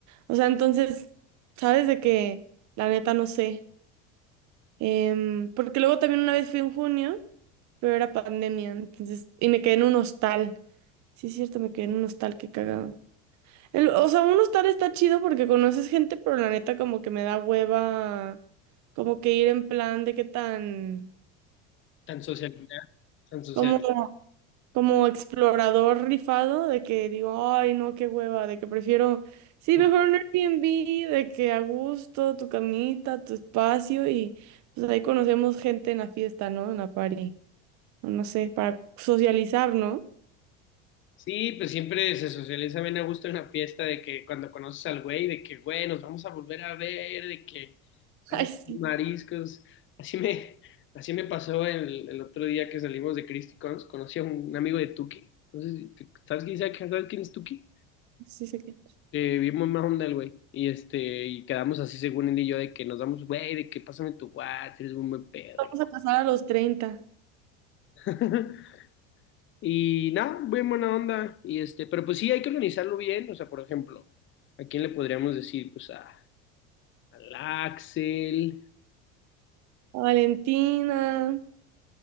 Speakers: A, on the right (about 60°); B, on the left (about 35°).
A: O sea, entonces, ¿sabes de que La neta no sé. Em, porque luego también una vez fui en junio, pero era pandemia, entonces, y me quedé en un hostal. Sí, es cierto, me quedé en un hostal, qué cagado. El- o sea, un hostal está chido porque conoces gente, pero la neta como que me da hueva, como que ir en plan de qué tan,
B: tan socializada, tan socializada.
A: como, como, como explorador rifado, de que digo, ay, no, qué hueva, de que prefiero, sí,
B: Tú-
A: mejor un Airbnb, de que a gusto, tu camita, tu espacio y... Pues ahí conocemos gente en la fiesta, ¿no? En la party. o no sé, para socializar, ¿no?
B: Sí, pues siempre se socializa bien a gusto en la fiesta de que cuando conoces al güey, de que, güey, nos vamos a volver a ver, de que
A: <laughs>
B: vamos
A: Ay, sí,
B: a comer mariscos. Así me, <laughs> así me pasó el, el otro día que salimos de Christy Cons, conocí a un amigo de Tuki. No sé si, te- ¿sabes quién, sabes quién es Tuki?
A: sí sé que.
B: Eh, bien mamá onda el güey. Y este, y quedamos así según él y yo de que nos damos, güey, de que pásame tu WhatsApp, eres un buen pedo.
A: Vamos a pasar a los treinta
B: <laughs> Y nada, bien buena onda. Y este, pero pues sí, hay que organizarlo bien. O sea, por ejemplo, ¿a quién le podríamos decir? Pues a, al Axel,
A: A Valentina,